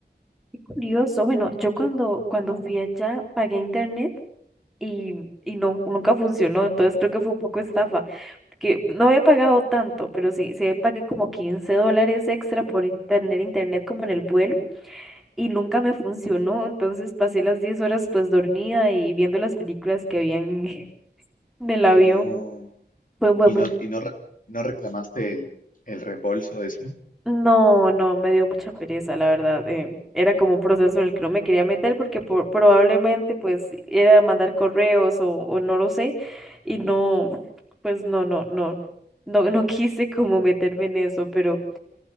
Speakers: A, in the centre; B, on the left.
A: qué curioso. Bueno, yo cuando, cuando fui allá pagué internet y, y no, nunca funcionó, entonces creo que fue un poco estafa. que no había pagado tanto, pero sí, sí pagué como 15 dólares extra por in- tener internet como en el vuelo y nunca me funcionó, entonces pasé las 10 horas pues dormida y viendo las películas que habían <laughs> en el avión.
B: No.
A: Fue, fue
B: ¿Y
A: muy...
B: no, y no, re- no reclamaste el, el reembolso de eso?
A: No, no, me dio mucha pereza, la verdad. eh, era como un proceso en el que no me quería meter porque por- probablemente pues era mandar correos o, o no lo sé y no, pues no, no, no, no, no <laughs> quise como meterme en eso, pero...